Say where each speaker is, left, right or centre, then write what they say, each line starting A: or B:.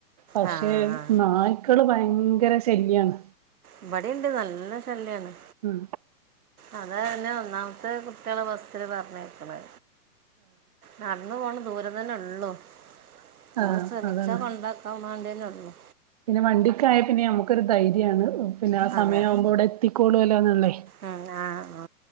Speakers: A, on the right (about 25°); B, on the right (about 60°).
A: പക്ഷെ
B: ആ ആ.
A: നായ്ക്കള് ഭയങ്ക് ങ്കര ശല്യാണ്.
B: ഇവടിണ്ട് നല്ല ശല്യാണ്.
A: ഉം
B: അതെന്നെ ഒന്നാമത്തെ കുട്ട്യെ ളെ ബസ്സില് പർഞ്ഞയ്ക്ക് ണെ. നടന്ന് പോണം ദൂരം തന്നെ ഒള്ളൂ നമ്മള്
A: ആഹ്
B: ശ്രമിച്ചാ
A: അതാണ്
B: കൊണ്ടാക്കാം മാണ്ടി ഇജ്ജ് നടന്നോ
A: പിന്നെ വണ്ടിക്കായാൽ പിന്നെ നമുക്കൊരു ധൈര്യാണ് പിന്നെ ആ
B: അതെ
A: സമയാവുമ്പോ ഇവിടെ എത്തിക്കോളൂലോന്നുള്ളേ
B: ഉം, ആ ആ.